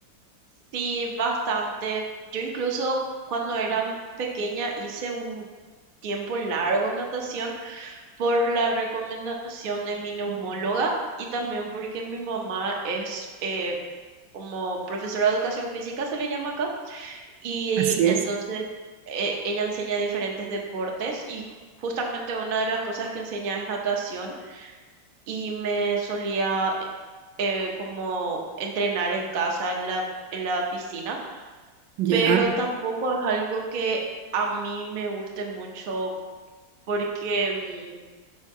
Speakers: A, on the right; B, on the right.
A: Sí, bastante. Yo incluso cuando era pequeña hice un tiempo largo natación por la recomendación de mi neumóloga y también porque mi mamá es eh, como profesora de educación física, se le llama acá, y
B: Así
A: entonces
B: es.
A: eh, ella enseña diferentes deportes y ju- justamente una de las cosas que enseña es natación y me solía eh, como entrenar en casa, en la, en la piscina,
B: Ya.
A: pero tampoco es algo que a mí me guste mucho porque... mm,